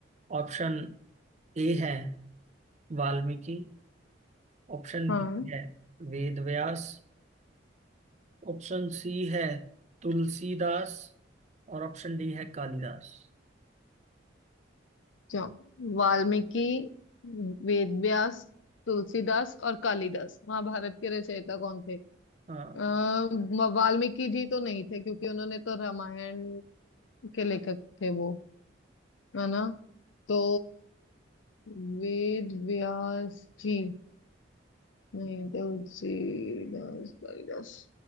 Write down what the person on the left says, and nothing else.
हाँ
जाओ वाल्मीकि वेद व्यास तुलसीदास और कालिदास महाभारत के रचयिता कौन थे
आ, वाल्मीकि जी तो नहीं थे क्योंकि उन्होंने तो रामायण के लेखक थे वो है ना तो वेद व्यास जी नहीं तुलसीदास कालिदास